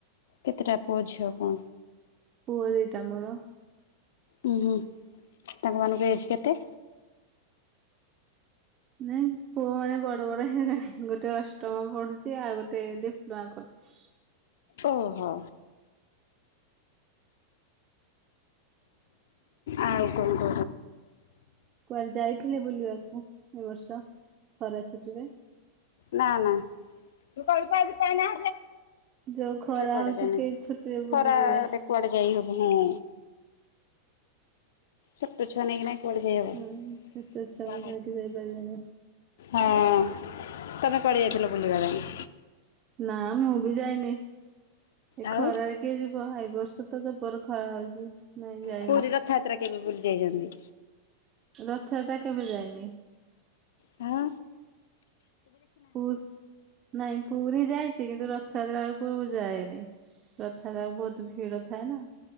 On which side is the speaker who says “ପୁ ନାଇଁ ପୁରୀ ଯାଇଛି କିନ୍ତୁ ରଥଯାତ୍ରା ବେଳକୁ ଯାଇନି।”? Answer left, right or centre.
Right